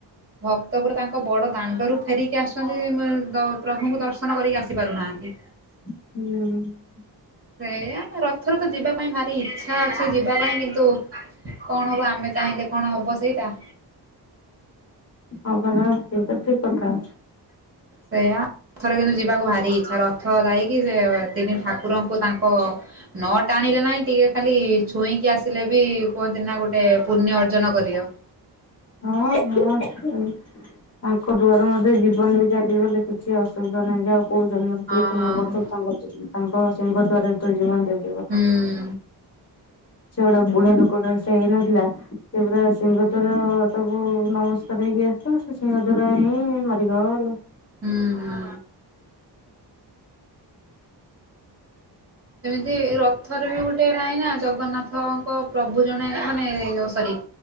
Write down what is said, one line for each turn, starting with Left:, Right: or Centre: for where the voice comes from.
Right: ଭକ୍ତ ପୁରା ତାଙ୍କ ବଡଦାଣ୍ଡରୁ ଫେରିକି ଆସନ୍ତି ମେ ଦ ପ୍ରଭୁଙ୍କୁ ଦର୍ଶନ କରିକି ଆସିପାରୁନାହାନ୍ତି।
Left: ହୁଁ
Right: ସେଇଆ ରଥରେ ତ ଯିବା ପାଇଁ ଭାରି ଇଚ୍ଛା ଅଛି ଯିବା ପାଇଁ କିନ୍ତୁ କଣ ହବ ଆମେ ଚାହିଁଲେ କଣ ହବ ସେଇଟା?
Left: ହଁ ପରା ସେଇଟା ଠିକ୍ କଥା।
Right: ସେଇଆ ଥରେ କିନ୍ତୁ ଯିବାକୁ ଭାରି ଇଚ୍ଛା ରଥ ଯାଇକି ସେ ତିନି ଠାକୁ ରଙ୍କୁ ତାଙ୍କ ନ ଟାଣିଲେ ନାହିଁ ଟିକେ ଖାଲି ଛୁଇଁକି ଆସିଲେ ବି କୁହନ୍ତି ନା ଗୋଟେ ପୁଣ୍ୟ ଅର୍ଜନ କରିବ।
Left: ହଁ ହଁ। ତାଙ୍କ ଦୁଆାର ମଧ୍ୟ ଜୀବନ ବି ଚାଲିଗଲେ କିଛି ଅସୁବିଧା ନାହିଁ ଯାଉ। କୋଉ ଜନ୍ମରେ ଏତେ
Right: ହଁ
Left: ପୁଣ୍ୟ
Right: ହୁଁ
Left: କରିଥିଲ କରୁ ତା ତାଙ୍କ ସିଂହ ଦ୍ୱାରରେ ତ ଜୀବନରେ।
Right: ହୁଁ।
Left: ସେ ଗୋଟେ ବୁଢା ଲୋକ ଟେ ସେ ହେଇନଥିଲା ସେ ପରା ସିଂହଦର ତାକୁ ନମସ୍କାର ହେଇକି ଆସିଥିଲା। ସିଂହଦ୍ୱାରା ହିଁ ମରିଗଲା।
Right: ହୁଁ ହୁଁ। ସେମିତି ରଥରେ ବି ଗୋଟେ ନାହିଁ ନା ଜଗନ୍ନାଥ। ଙ୍କ ପ୍ରଭୁ ଜଣେ ମାନେ ସରି